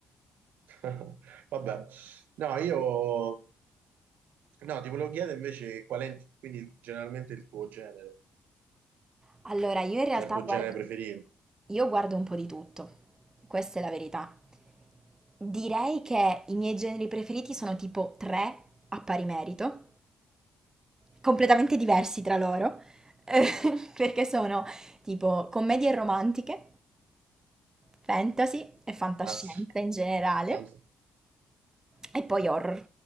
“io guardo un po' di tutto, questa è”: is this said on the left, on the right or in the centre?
Right